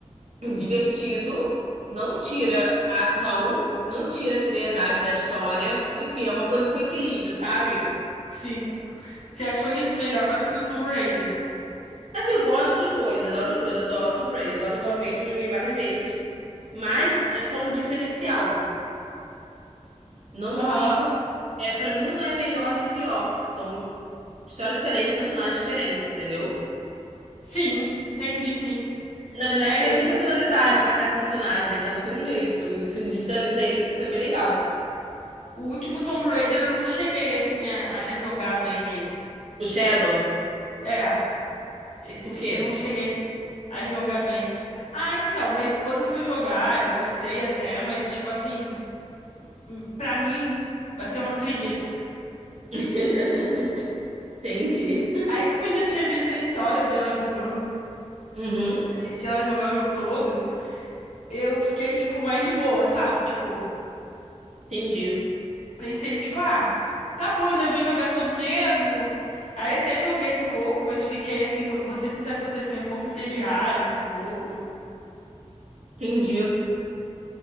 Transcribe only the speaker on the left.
Sim. Você achou isso melhor do que no Tomb Raider?
Aham.
Sim, entendi, sim.
É,
eu.
O último Tomb Raider eu não cheguei assim a, a jogar bem ele.
É, esse,
esse
eu não cheguei a jogar bem. Ah, então, minha esposa foi jogar, eu gostei até, mas, tipo assim, hum, pra mim, bateu uma preguiça.
Aí, como eu já tinha visto a história, eu vi ela jogando,
assisti ela jogar o jogo todo, eu fiquei, tipo, mais de boa, sabe? Tipo,
pensei, tipo, ah, tá bom, já vi jogar todo mesmo. Aí até joguei um pouco, mas fiquei assim, vou ser sincera com você, fiquei um pouco entediada com o jogo.